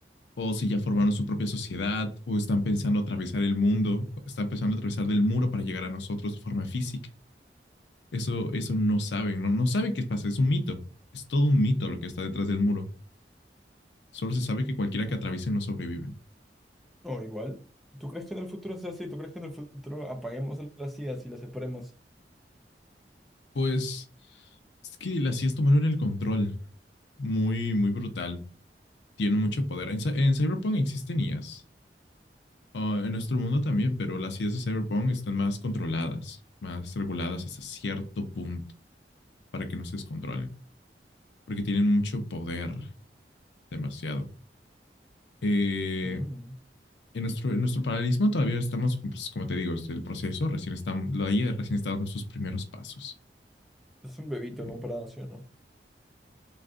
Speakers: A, on the left; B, in the centre.
A: O si ya formaron
B: No,
A: su propia sociedad, o están pensando atravesar el mundo, están pensando atravesar del muro para llegar a nosotros de forma física. Eso, eso no saben, no, no saben qué pasa, es un mito. Es todo un mito lo que está detrás del muro. Solo se sabe que cualquiera
B: no.
A: que atraviese no sobrevive.
B: No, igual. ¿Tú crees que en el futuro sea así? ¿Tú crees que en el futuro apaguemos a las IAs y las separemos?
A: Pues es que las IAs tomaron el control. Muy, muy brutal. Tienen mucho poder. En, en Cyberpunk existen IAs. Ah, en nuestro mundo también, pero las IAs de Cyberpunk están más controladas, más reguladas hasta cierto punto para que no se descontrolen, porque tienen mucho poder, demasiado. Eh,
B: Mm.
A: en nuestro, en nuestro paralelismo todavía estamos, pues, como te digo, el proceso recién está, la IA recién está dando sus primeros pasos.
B: Es un bebito
A: Eh,
B: comparado, ¿sí o no?